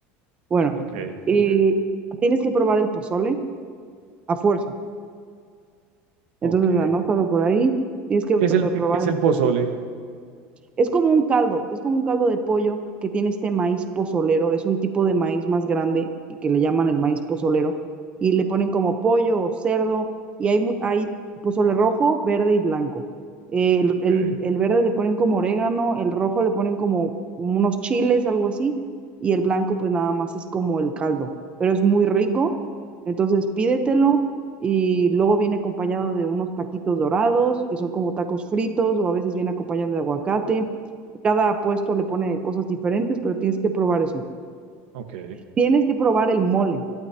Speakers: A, on the right; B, on the right.
A: Bueno,
B: Ok,
A: y
B: ok,
A: tienes que probar el pozole a fuerza.
B: ok.
A: Entonces, anótalo por ahí. Tienes que
B: ¿Qué
A: to-
B: es el, qué
A: probar
B: es
A: el
B: el pozole?
A: pozole. Es como un caldo, es como un caldo de pollo que tiene este maíz pozolero, es un tipo de maíz más grande y que le llaman el maíz pozolero y le ponen como pollo o cerdo y hay, mu- hay pozole rojo, verde y blanco. Eh, El, el-
B: Ok,
A: el verde le ponen como orégano, el rojo le ponen como unos chiles, algo así, y el blanco pues nada más es como el caldo, pero es muy rico, entonces pídetelo y luego viene acompañado de unos taquitos dorados, que son como tacos fritos o a veces viene acompañado de aguacate. Cada puesto le pone cosas diferentes, pero tienes que probar eso.
B: ok,
A: Tienes que probar el mole